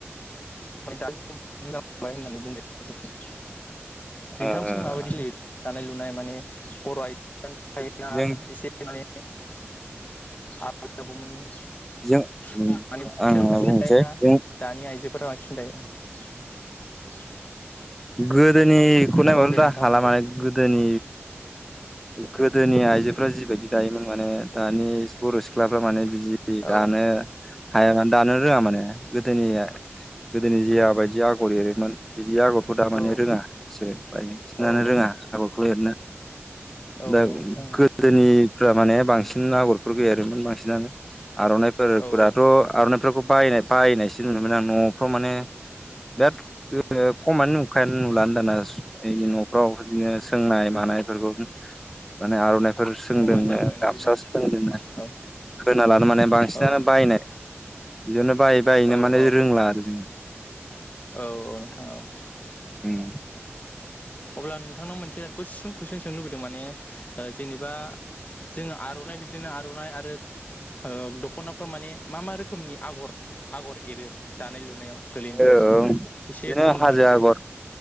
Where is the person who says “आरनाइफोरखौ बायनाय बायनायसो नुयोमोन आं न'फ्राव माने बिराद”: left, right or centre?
Centre